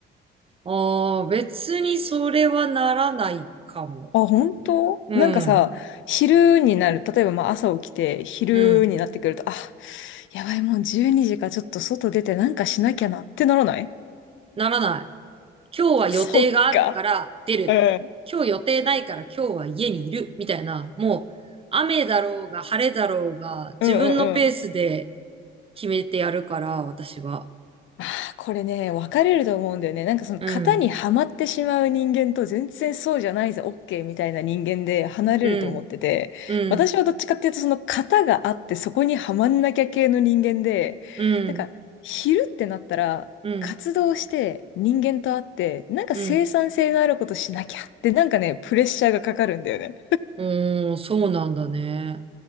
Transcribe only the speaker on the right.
ああ、別にそれはならないかも。
うん、
うん、
ならない。今日は予定があるから出る。
今日予定ないから今日は家にいる。みたいな、もう雨だろうが晴れだろうが自分のペースで
決めてやるから、私は。
うん。
うん。うん。
うん。
うん。
うん。
うーん、そうなんだね。